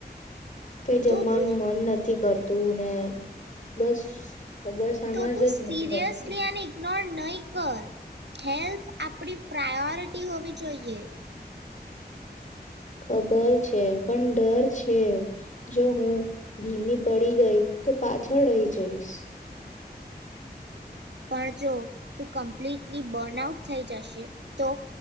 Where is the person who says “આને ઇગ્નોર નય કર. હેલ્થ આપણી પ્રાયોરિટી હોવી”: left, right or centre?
Right